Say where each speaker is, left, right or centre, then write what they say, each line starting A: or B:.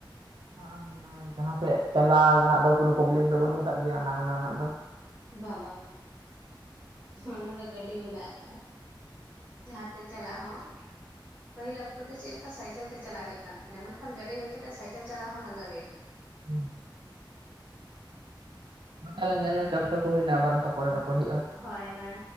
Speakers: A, on the right (about 75°); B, on the right (about 20°).
A: <inaudible> ᱡᱟᱦᱟᱸ ᱥᱮᱫ ᱪᱟᱞᱟᱣ ᱨᱮᱱᱟᱜ ᱫᱚ ᱠᱳᱱᱳ ᱯᱨᱚᱵᱞᱮᱢ ᱫᱚ ᱵᱟᱹᱱᱩᱜ ᱠᱟᱫ ᱜᱮᱭᱟ <unintelligible> ᱫᱚ ᱾
B: ᱵᱟᱝ ᱵᱟ ᱵᱟ ᱚᱱᱟ ᱱᱟᱜ ᱫᱚ ᱜᱟᱹᱰᱤ ᱢᱮᱱᱟᱜ ᱟᱠᱟᱫᱟ ᱡᱟᱦᱟᱸ ᱛᱮ ᱪᱟᱞᱟᱜ ᱦᱚᱸ᱾ ᱯᱟᱹᱦᱤᱞ ᱚᱠᱛᱚ ᱫᱚ ᱪᱮᱞᱠᱟ ᱥᱟᱭᱠᱮᱞ ᱛᱮ ᱪᱟᱞᱟᱜ ᱦᱳᱭᱳᱜ ᱠᱟᱱ ᱛᱟᱦᱮᱸᱱᱟ ᱢᱮᱱᱠᱷᱟᱱ ᱜᱟᱹᱰᱤ ᱦᱳᱭ ᱠᱟᱛᱮᱫ ᱥᱟᱭᱠᱮᱞ ᱪᱟᱞᱟᱣ ᱦᱚᱸ ᱞᱟᱸᱜᱟ ᱜᱮ ᱟᱹᱭᱠᱟᱹᱜ ᱾
A: <inaudible> ᱛᱟᱞᱮ ᱧᱮᱞ ᱧᱮᱞ ᱛᱮ ᱚᱠᱛᱚ ᱠᱚ ᱦᱳᱭᱱᱟ ᱟᱵᱟᱨ ᱚᱱᱠᱟ ᱯᱚᱨᱮ ᱨᱚᱯᱚᱲ ᱦᱳᱭᱳᱜᱼᱟ᱾
B: ᱦᱳᱭ ᱢᱟ